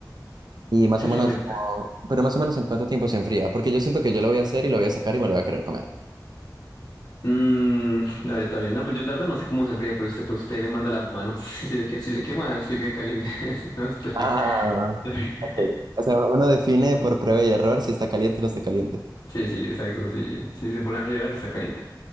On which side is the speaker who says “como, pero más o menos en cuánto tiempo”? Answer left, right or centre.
Right